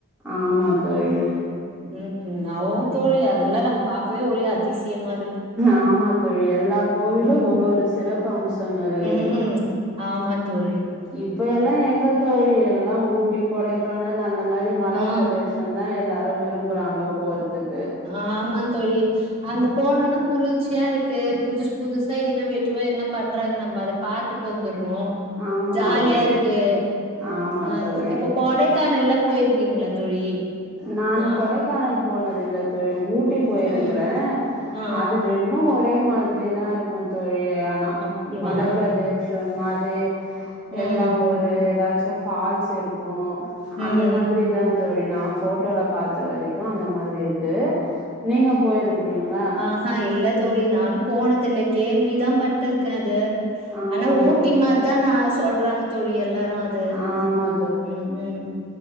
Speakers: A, in the centre; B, on the right.
A: ஆமா தோழி
B: உம் ஆமா தோழி அதெல்லாம் நம்ம பாக்கவே ஒரே அதிசயமா இருக்கு
A: ஆமா தோழி எல்லா கோவிலும்
B: ம்
A: ஒரு ஒரு சிறப்பு அம்சங்கள் இருக்குது
B: ம் ஆமா தோழி
A: இப்ப எல்லாம் எங்க தோழி எல்லாம் ஊட்டி, கொடைக்கானல் அந்த மாதிரி மலைப்பிரதேசம்
B: ஆ
A: எல்லாரும் விரும்புறாங்க போறதுக்கு
B: ஆமா தோழி அங்க போனும்னா குளிர்ச்சியா இருக்கு புது புதுசா இன்னொவேட்டிவ்வா என்ன பண்றாங்க நம்ம அத பாத்துட்டு வந்துடுறோம்
A: ஆமா
B: ஜாலியா
A: தோழி
B: இருக்கு.
A: ஆமா
B: ஆஹ்
A: தோழி
B: இப்போ கொடைக்கானல்லாம் போயிருக்கீங்களா தோழி
A: நானு
B: நா
A: கொடைக்கானல் போனது இல்ல தோழி ஊட்டி போயிருக்கறேன்
B: ம் ஆ
A: அது ரெண்டும் ஒரே மாதிரி தான் இருக்கும் தோழி ஆனா
B: அப்டியா
A: மலைப்பிரதேஷம் மாதிரி
B: ம்
A: எல்லாம் ஒரு ஏதாச்சும் ஃபால்ஸ் இருக்கும்
B: ம்
A: அந்த மாதிரி தா தோழி நா போட்டோல பார்த்த வரைக்கு அந்த மாதிரி இருக் கு நீங்க போயிருக்குறீங்ளா
B: ஆஹா ஆ இல்ல தோழி நானும் போனது இல்ல கேள்விதா பட்டிருக்கே அது
A: ஆமா
B: ஆனா ஊட்டி
A: தோழி
B: மா தா நா சொல்றாங்க தோழி எல்லாரு அது
A: ஆமா
B: ம் ம்